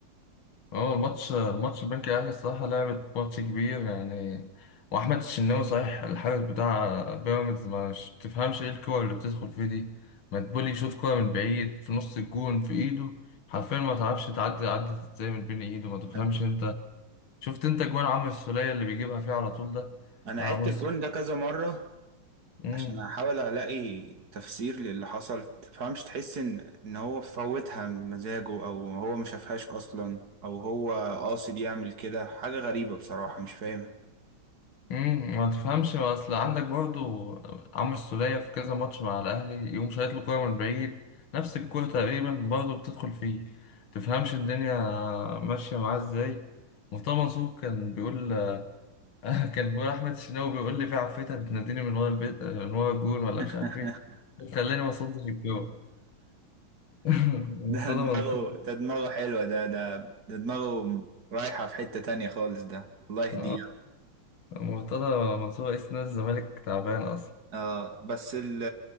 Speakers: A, on the left; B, on the right.
A: هو الماتش الماتش البنك الاهلي الصراحه لعبت ماتش كبير يعني واحمد الشناوي صحيح الحارس بتاع بيراميدز ما ش- تفهمش ايه الكور اللي بتدخل فيه دي مدبولي يشوط كوره من بعيد في نص الجون في ايده حرفيا ما تعرفش تعدي عدت ازاي من بين ايده ما تفهمش
B: أنا
A: انت شفت انت جوان عمرو السوليه اللي بيجيبها فيه على طول ده
B: أنا
A: عمرو
B: عدت الجون ده كذا مرة
A: السوليه
B: عشان احاول الاقي تفسير للي حصل تفهمش تحس ان ان هو فوتها بمزاجه او هو ما شافهاش اصلا او هو قاصد يعمل كده حاجة غريبة بصراحة مش فاهمها
A: امم ما تفهمش ما اصل عندك برضو عمرو السولية في كذا ماتش مع الاهلي يقوم شايط له كوره من بعيد نفس الكوره تقريبا برضو بتدخل فيه تفهمش الدنيا ماشيه معاه ازاي مرتضى منصور كان بيقول <laughs> كان بيقول احمد الشناوي بيقول لي في عفريتة بتناديني من ورا البيت من ورا الجون ولا
B: <laughs>
A: مش عارف ايه خلاني ما اصدش الكوره <laughs> مرتضى
B: ده دماغه
A: منصور
B: ده دماغه حلوة ده ده ده دماغه رايحة في حتة تانية خالص ده الله يهديه
A: اه ما هو مرتضى منصور رئيس نادي الزمالك تعبان اصلا
B: آه بس ال